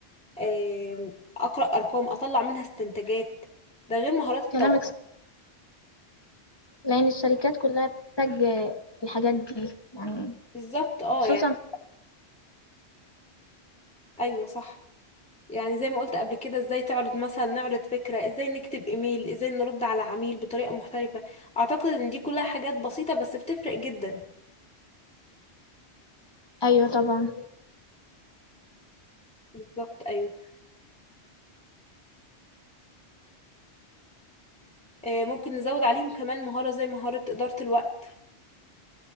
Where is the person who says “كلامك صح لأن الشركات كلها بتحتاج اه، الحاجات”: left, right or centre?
Left